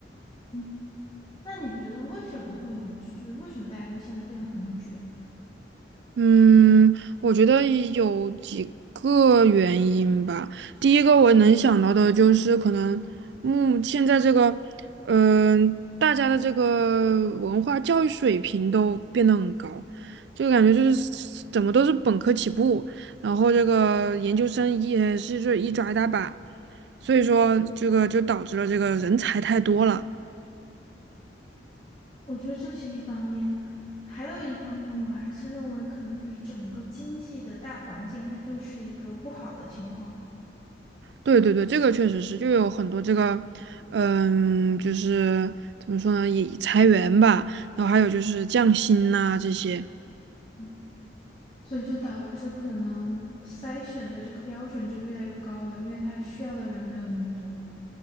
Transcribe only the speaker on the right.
嗯，我觉得有几个原因吧。第一个我能想到的就是可能，目现在这个，嗯、大家的这个文化教育水平都变得很高，就感觉就是怎么都是本科起步，然后这个研究生也是这一抓一大把，所以说这个就导致了这个人才太多了。
对对对，这个确实是，就有很多这个，嗯，就是怎么说呢，也裁员吧，然后还有就是降薪呐、这些。